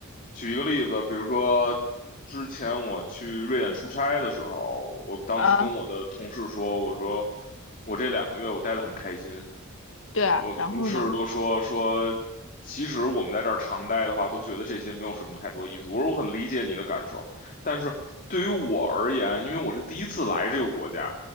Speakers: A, on the left (about 40°); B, on the left (about 60°).
A: 举一个例子，比如说之前我去瑞典出差的时候，我当时跟我的同事说，
B: 啊，
A: 我说我这两个月我待得很开心，
B: 对啊，
A: 我同事都说说，
B: 然后呢？
A: 其实我们在这儿常待的话，都觉得这些没有什么太多意思。我说我很理解你的感受，但是对于我而言，因为我是第一次来这个国家，